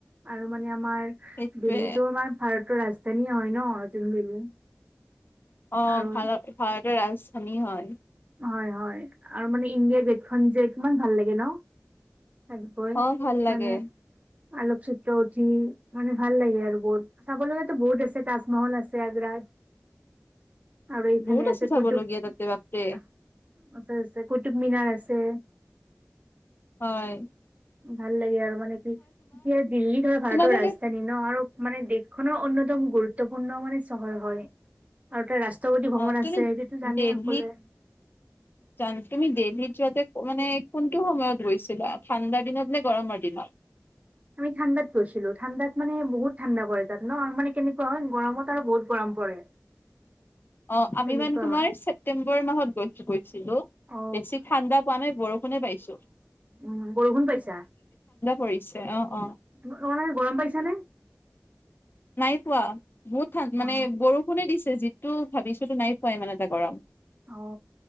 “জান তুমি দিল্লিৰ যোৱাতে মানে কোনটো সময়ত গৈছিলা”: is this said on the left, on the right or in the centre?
Left